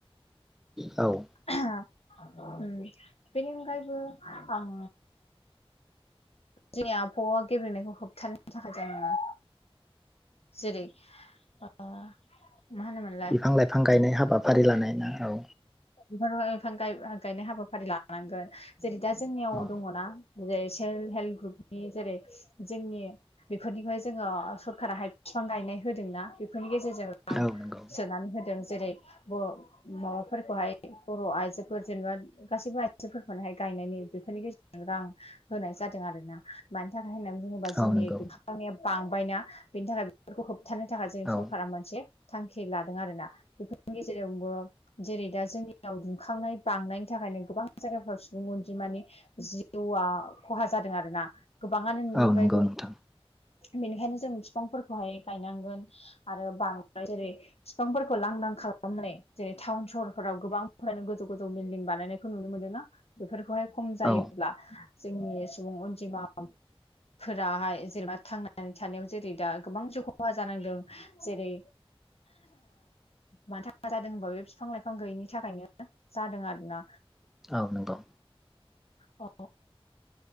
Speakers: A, in the centre; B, on the left (about 80°).
A: औ
B: ओम बेनि अनगायैबो आं जोंनि आबहावा गेब्रेंनायखौ होबथानायनो थाखाय जेनेबा जेरै ओ मा होनोमोन
A: बिफां लाइफां गायनाय हाबाफारि लानाय ना औ
B: बिफां बिफां गायनाय हाबाफारि लानांगोन जेरै दा जोंनियाव
A: औ
B: दङना जेरै सेल्फ हेल्प ग्रुपनि जेरै जोंनि बेफोरनिफ्राय जोङो सरकाराहाय बिफां गायनाय होदोंना बेफोरनि गेजेरजों आं
A: औ नंगौ
B: सोनानै होदों जेरै माबाफोरखौहाय बर' आइजोफोर जेनेबा गासैबो आइजोफोरखौहाय गायनायनि बेफोरनि गेजेरजों रां होनाय जादों आरोना मानि थाखाय होननानै बुङोब्ला जोंनि
A: औ नंगौ
B: दुखांनाया बांबायना बेनि थाखाय बेफोरखौ होबथानो थाखाय जोंनि
A: औ
B: सरकारा मोनसे थांखि लादों आरोना बेफोरनि गेजेरावबो जेरै दा जोंनि दुंखांनाय बांनायनि थाखायनो गोबां जायगाफ्राव सुबुं अनजिमानि जिउआ खहा जादों आरो ना गोबाङानो नुनो
A: औ
B: मोनबाय
A: नंगौ नोंथां
B: बेनिखायनो जों बिफांफोरखौहाय गायनांगोन आरो बांद्राय जेरै बिफांफोरखौ लांदां खालामनानै जेरै टाउन सहरफोराव गोबां गोजौ गोजौ बिल्डिं बानायनायखौ नुनो मोनदोंना बेफोरखौहाय खम जायोब्ला
A: औ
B: जोंनि सुबुं अनजिमा बां फोराहाय जेनेबा थांनानै थानायाव जेरै दा गोबां जिउ खहा जानांदों जेरै मथ <unintelligible> जादों होनबा बे बिफां लाइफां गैयिनि थाखायनो जादों आरोना
A: औ नंगौ
B: अ